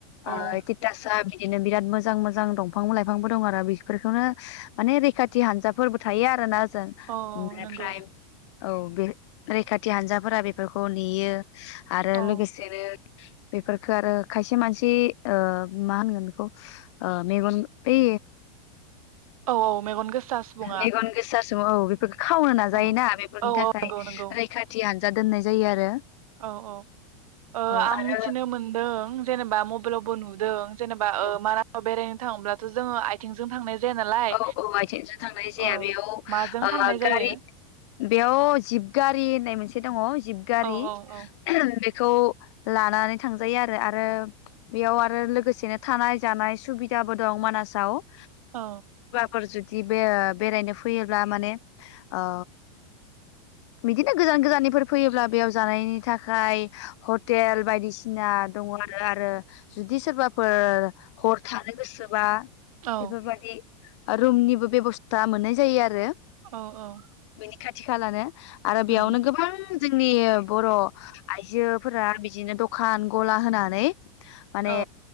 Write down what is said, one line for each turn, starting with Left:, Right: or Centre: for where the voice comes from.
Left: ओ
Right: औ
Left: तिथासा बिदिनो बिराद मोजां मोजां दंफां लाइफांबो दं आरो बिफोरखौनो माने रैखाथि हानजाफोरबो थायो आरो ना मनिफ्राय
Right: औ नंगौ
Left: <inaudible> औ बे रैखाथि हानजाफोरा बेफोरखौ नेयो आरो
Right: औ
Left: लोगोसे नो बेफोरफोरखो आरो खायसे मानसि ओ मा होनगोन बेखौ ओ मेगन बै
Right: औ औ मेगन गोसा सुबुङा
Left: मेगन गोसा औ <inaudible> खो खावनो नाजायोना
Right: औ
Left: फोरनि
Right: औ
Left: थाखाय
Right: औ नंगौ नंगौ
Left: रैखाथि हानजा दोननाय जायो आरो
Right: औ औ ओ
Left: औ
Right: आं
Left: आरो
Right: मिथिनो मोनदों जेनेबा मबेलावबो नुदों जेनेबा
Left: औ
Right: मा <inaudible> न बेरायनो थाङोबब्लाथ' जोङो आइथिंजों थांनाय जाया नालाय
Left: औ औ आइथेंजों थांनाय जाया
Right: औ
Left: बेयाव ओ
Right: माजों थांनाय
Left: गारि
Right: जायो
Left: बेयाव जिप गारि होननाय मोनसे दङ जिपगारि
Right: औ औ
Left: बे खौ लानानै थांजायो आरो आरो बेयाव आरो लोगोसेनो थानाय जानाय सुबिदाबो दं मानासाव ओ
Right: औ
Left: फोर जुदि बे बेरायनो फैयोब्ला माने ओ बिदिनो गोजान गोजाननिफोर फैयोब्ला बेयाव जानायनि थाखाय हटेल बायदिसिना दङ आरो आरो जुदि सोरबाफोर हर थानो गोसोबा
Right: औ
Left: बेफोरबादि रुमनिबो बेबस्था मोननाय जायो आरो
Right: औ औ
Left: नि खाथि खालानो आरो बेयावनो
Right: उम
Left: गोबां जोंनि बर' आइजोफोरा बिदिनो दखान गला होनानै माने
Right: औ